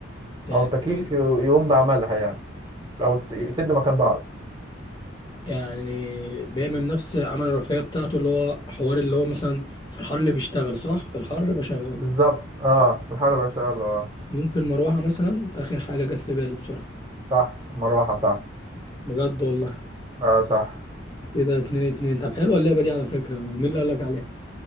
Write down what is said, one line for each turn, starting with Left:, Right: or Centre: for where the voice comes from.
Left: يعني
Right: او التكييف ي- يقوم بعملها يعني او تس- يسدوا مكان بعض
Left: يعني بيعمل نفس عمل الرفاهية بتاعته اللي هو حوار اللي هو مثلا في الحر اللي بيشتغل صح في الحر بشغله
Right: بالظبط اه الحرب بقى شغالة اه
Left: ممكن مروحة مثلا آخر حاجة جت في بالي بصراحة
Right: صح مروحة صح
Left: بجد والله
Right: اه صح
Left: كده اتنين اتنين طب حلوة اللعبة دي على فكرة مين اللي قالك عليها؟